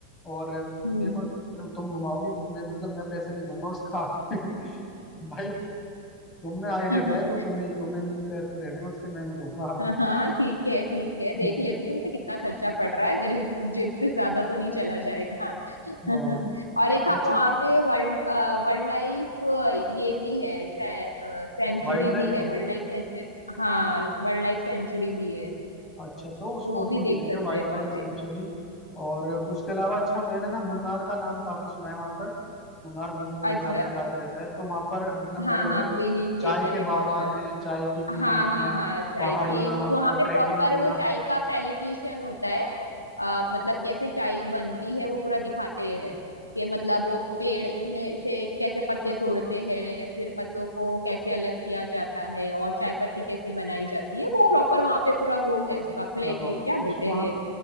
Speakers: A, on the left; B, on the left.
A: और
B: हम्म
A: देखो तुम घुमाओगी मैं मतलब मैं पैसे नहीं दूंगा उसका <laughs> भाई तुमने आइडिया
B: <laughs>
A: दिया है तो तुम्हें तुम्हें नहीं पैसे देने हैं उसके मैं नहीं दूंगा
B: हाँ हाँ ठीक है ठीक है देख
A: <laughs>
B: लेती हूँ मैं कितना खर्चा पड़ रहा है मेरे जेब से ज्यादा तो नहीं चला जाएगा <laughs>
A: हाँ
B: और एक हम
A: अच्छा
B: वहाँ पे वर्ल्ड वर्ल्ड लाइफ ये भी है सेंचुरी
A: वाइल्ड लाइफ
B: भी है वर्ल्ड लाइफ सेंचुरी हाँ वर्ल्ड लाइफ सेंचुरी भी है
A: अच्छा तो उसको
B: तो वो
A: भी
B: भी
A: घूम
B: देख
A: लेंगे
B: सकते
A: वाइल्ड
B: हैं
A: लाइफ
B: वहाँ
A: सेंचुरी
B: पे
A: और उसके अलावा अच्छा मैंने ना मुन्नार का नाम काफी सुना है वहां पर मुन्नार मूवी वगैरह
B: अच्छा
A: में भी आता रहता है तो वहां पर मतलब मुझे
B: हाँ
A: लगा
B: हाँ
A: है
B: वो हिल स्टेशन
A: चाय के
B: है
A: बागान
B: प्रॉपर
A: हैं चाय की ये
B: हाँ
A: वो हैं
B: हाँ हाँ चाय
A: पहाड़ियाँ
B: की वहां
A: और
B: पे
A: ट्रैकिंग
B: प्रॉपर
A: वगैरह
B: वो चाय का पैलिटिशियन होता है अ, मतलब कैसे चाय बनती है वो पूरा दिखाते हैं कि मतलब वो पेड़ में से कैसे पत्ते तोड़ते हैं फिर पत्तों को कैसे अलग किया जाता है और चाय पत्ती कैसे बनाई जाती है वो प्रॉपर वहां पे पूरा वो है उसका प्लेटी
A: चलो
B: क्या
A: उसको
B: बोलते
A: हम